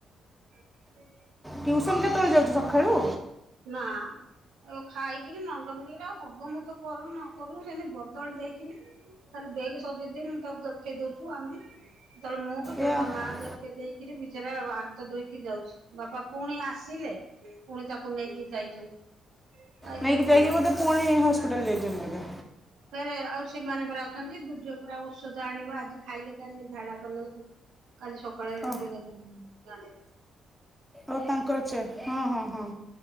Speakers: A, on the right (about 75°); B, in the centre.
A: ହୁଁ
B: ଟ୍ୟୁସନ୍ କେତେବେଳେ ଯାଉଛି ସକାଳୁ?
A: ନା ଆଉ ଖାଇକିରି ନଣ୍ଡମୁଣ୍ଡି କିରେ ଆଉ ହଗ ମୁତ କରୁ ନ କରୁ ସେମିତି ବଦଳି ଦେଇକିରି ଖାଲି ବେଡ୍ ସଜେଇ ଦେଇ ତାକୁ ଦେଖେଇ ଦଉଛୁ ଆମେ। କେତେବେଳେ ମୁଁ, କେତେବେଳେ
B: ଏ ହଁ
A: ତା ମା ସେ ଦେଇକିରି ବିଚରା ହାତ ଧୋଇକି ଯାଉଛି, ବାପା ପୁଣି ଆସିଲେ ପୁଣି ତାକୁ ଫୁଣି ନେଇକି ଯାଇଛନ୍ତି, ଯାଇଛନ୍ତି
B: ନେଇକି ଯାଇକି ବୋଧେ ପୁଣି ହସ୍ପିଟାଲ ଯାଇଛନ୍ତି ବୋଧେ
A: ଫେରେ ଆଉ ସେମାନେ ପୁରା ଅଛନ୍ତି। ଦୁଜ ପରା ଔଷଧ ଆଣିବ ଆଜି ଖାଇଲେ କାଲି ଝାଡା କମିବ କାଲି ସକାଳେ
B: ଓ
A: ସେ ଦେଖିବୁ ଗାଁରେ
B: ଆଉ ତାଙ୍କର ଛେ- ହଁ ହଁ ହଁ।